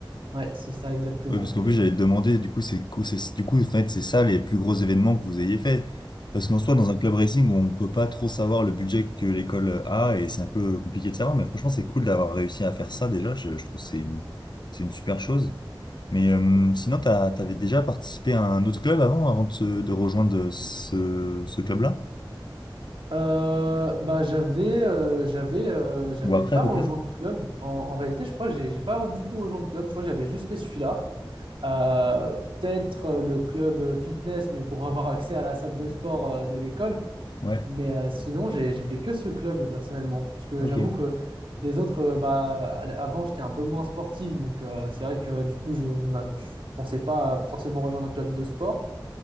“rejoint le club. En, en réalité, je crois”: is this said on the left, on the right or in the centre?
Right